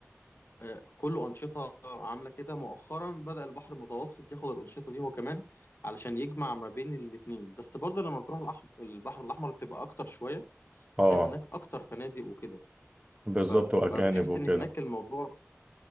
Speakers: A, on the left; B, on the right.
A: آه، كله أنشطة عاملة كده مؤخرا بدأ البحر المتوسط ياخد الأنشطة دي هو كمان علشان يجمع ما بين الاتنين بس برضه لما بتروح الأح- البحر الأحمر بتبقى أكتر شوية بحيث
B: اه
A: إن هناك أكتر فنادق وكده
B: بالظبط
A: ف...
B: واجانب
A: فبتحس
B: وكده
A: إن هناك الموضوع